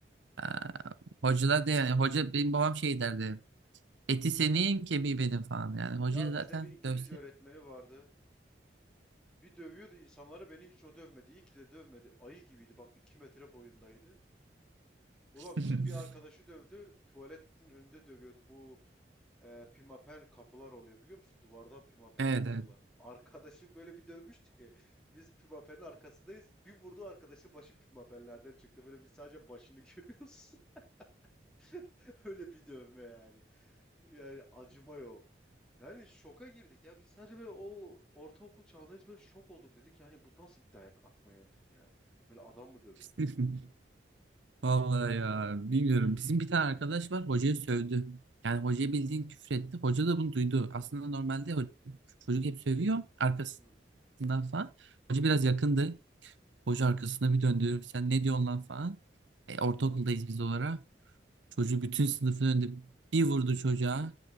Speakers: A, on the right; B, in the centre.
A: e, hocalar da yani hoca benim babam şey derdi eti senin kemiği benim falan yani hoca
B: Ya
A: zaten
B: bizde bir İngilizce
A: dövse
B: öğretmeni vardı. Bir dövüyordu insanları beni hiç o dövmedi. İyi ki de dövmedi. Ayı gibiydi bak 2 metre boyundaydı. Ulan
A: <laughs>
B: bizim bir arkadaşı dövdü. Tuvaletin önünde dövüyordu. Bu e, pimapen kapılar oluyor biliyor musun? Duvardan pimapen
A: evet
B: yapıyorlar.
A: evet
B: <laughs> Arkadaşı böyle bir dövmüştü ki <laughs> biz pimapenin arkasındayız. Bir vurdu arkadaşın başı pimapenlerden çıktı. Böyle biz sadece başını <laughs> görüyoruz. <laughs> Öyle bir dövme yani. Yani acıma yok. Yani şoka girdik ya. Biz sadece böyle o ortaokul çağında biz böyle şok olduk dedik. Yani bu nasıl bir dayak atma yöntemi yani? Böyle adam mı dövülür?
A: <laughs> Vallahi ya bilmiyorum. Bizim bir tane arkadaş var hocayı sövdü. Yani hocayı bildiğin küfür etti. Hoca da bunu duydu. Aslında normalde ho- çocuk hep sövüyor arkasından
B: Hmm.
A: falan. Hoca biraz yakındı. Hoca arkasına bir döndü. Sen ne diyorsun lan falan. E, ortaokuldayız biz olarak. Çocuğu bütün sınıfın önünde bir vurdu çocuğa.